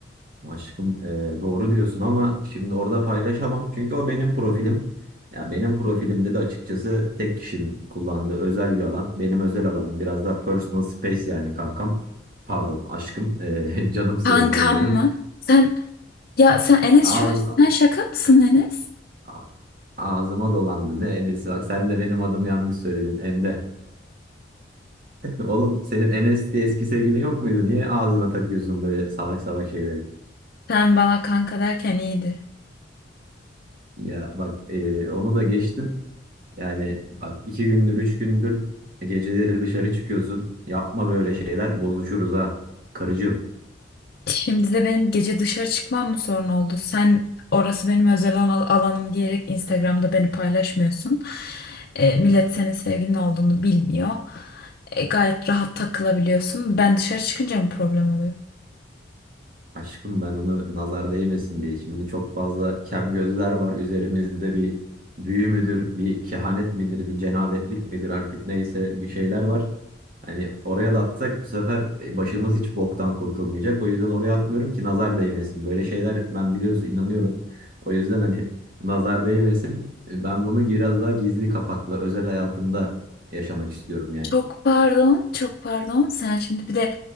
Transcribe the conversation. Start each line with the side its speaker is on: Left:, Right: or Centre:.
Right: Aşkım e, doğru diyorsun ama şimdi orada paylaşamam. Çünkü o benim profilim. Ya benim profilimde de açıkçası tek kişinin kullandığı özel bir alan. Benim özel alanım biraz daha personal space yani kankam. Pardon aşkım. e, <laughs> canım sevgilim
Left: Kankam
Right: benim.
Left: mı? Sen ya sen Enes
Right: Ağz,
Left: şu an sen şaka mısın Enes?
Right: a- ağzıma dolandı. Ne Enes'i bak sen de benim adımı yanlış söyledin Emre. <laughs> Oğlum senin Enes diye eski sevgilin yok muydu? Niye ağzına takıyorsun böyle salak salak şeyleri?
Left: Sen bana kanka derken iyiydi.
Right: Ya bak e, onu da geçtim. Yani bak iki gündür, üç gündür geceleri dışarı çıkıyorsun. Yapma böyle şeyler, bozuşuruz ha. Karıcığım.
Left: Şimdi de benim gece dışarı çıkmam mı sorun oldu? Sen orası benim özel al- alanım diyerek Instagram'da beni paylaşmıyorsun. E, millet senin sevgilin olduğunu bilmiyor. E, gayet rahat takılabiliyorsun. Ben dışarı çıkınca mı problem oluyor?
Right: Aşkım ben onu nazar değmesin diye. Şimdi çok fazla kem gözler var üzerimizde bir büyü müdür, bir kehanet midir, bir cenabetlik midir artık neyse bir şeyler var. Hani oraya da atsak bu sefer e, başımız hiç boktan kurtulmayacak. O yüzden oraya atmıyorum ki nazar değmesin. Böyle şeyler ben biliyorsun inanıyorum. O yüzden hani <laughs> nazar değmesin. E, Ben bunu biraz daha gizli kapaklı özel hayatımda yaşamak istiyorum yani.
Left: Çok pardon, çok pardon. Sen şimdi bir de